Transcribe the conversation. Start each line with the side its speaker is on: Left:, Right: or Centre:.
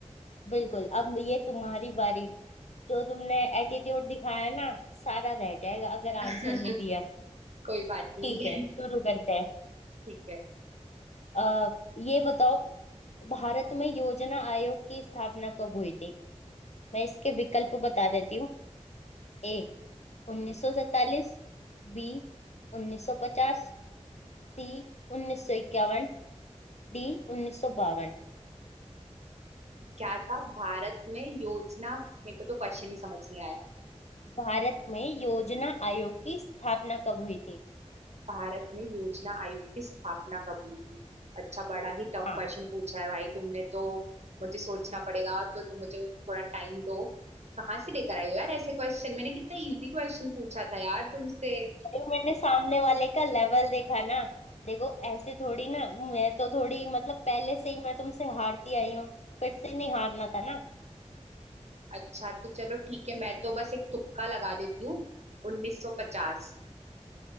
Left: बिल्कुल अब ये तुम्हारी बारी जो तुमने एटीट्यूड दिखाया ना सारा रह जाएगा अगर
Right: <laughs>
Left: आंसर नहीं दिया
Right: कोई बात नहीं
Left: ठीक है शुरू करते हैं
Right: <laughs> ठीक है
Left: अ ये बताओ भारत में योजना आयोग की स्थापना कब हुई थी मैं इसके विकल्प बता देती हूँ A 1947 B 1950 C 1951 D 1952
Right: क्या था भारत में योजना मेरे को तो क्वेश्चन ही समझ नहीं आया
Left: Bharat में योजना आयोग की स्थापना कब हुई थी
Right: भारत में योजना आयोग की स्थापना कब हुई थी अच्छा बड़ा ही टफ
Left: हाँ
Right: क्वेश्चन पूछा है भाई तुमने तो मुझे सोचना पड़ेगा तो तुम मुझे थोड़ा टाइम दो कहाँ से लेकर आई हो यार ऐसे क्वेश्चन मैंने कितना इजी क्वेश्चन पूछा था यार तुमसे
Left: ये मैंने सामने वाले का लेवल देखा ना देखो ऐसे थोड़ी ना मैं तो थोड़ी मतलब पहले से ही मैं तुमसे हारती आई हूँ फिर से नहीं हारना था ना
Right: अच्छा तो चलो ठीक है मैं तो बस एक तुक्का लगा देती हूँ 1950